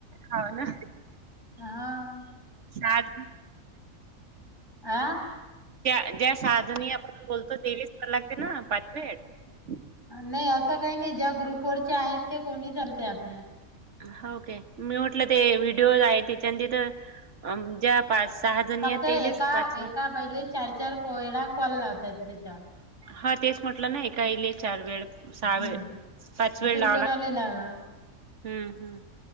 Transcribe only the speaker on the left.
हा.
आ
नाही असं काही नाही ज्या ग्रुपवररचे आहेत ते कोणी चालतय आपल्या
फक्त
एका
एका बाईले चार चार वेळा कॉल लावता येते त्याच्यावर
हम्म
मग
तुम्ही
कोणाला लावा